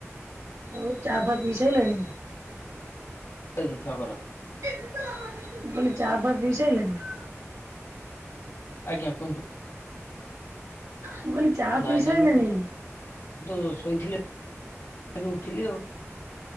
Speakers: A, on the right; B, on the left.
A: ଆଉ ଚା ଫା ପି ସାଇଲଣି?
B: <unintelligible> ଛଅ ଘର।
A: ମୁଁ କହିଲି ଚା ଫା ପିସାଇଲେଣି?
B: ଆଜ୍ଞା। କୁହନ୍ତୁ।
A: ମୁଁ କହିଲି ଚା
B: ନାଇଁ
A: ପିଇ
B: ନାଇଁ
A: ସାଇଲେଣି?
B: ମୁଁ ତ ଶୋଇଥିଲି, ଉଠିଲି ଆଉ।